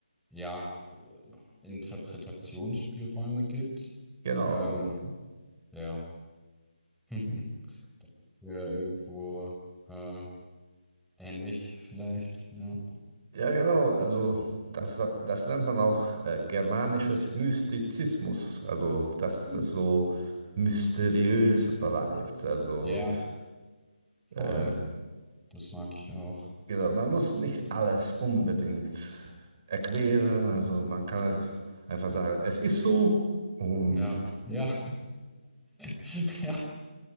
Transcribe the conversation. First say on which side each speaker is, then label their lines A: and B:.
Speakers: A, in the centre; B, on the right (about 35°).
A: ja, äh, Interpretationsspielräume gibt.
B: genau.
A: Ja. Ähm, ja, <laughs> das ist ja irgendwo äh, ähnlich vielleicht. Ja,
B: Ja, genau. Also das, das nennt man auch äh, germanisches Mystizismus. Also, dass
A: hm.
B: das so mysteriös bleibt. Also,
A: ja,
B: äh,
A: voll. Das mag ich auch.
B: Genau, man muss nicht alles unbedingt erklären. Also man kann es einfach sagen, es ist so. Und
A: Ja, ja. <laughs> Ja.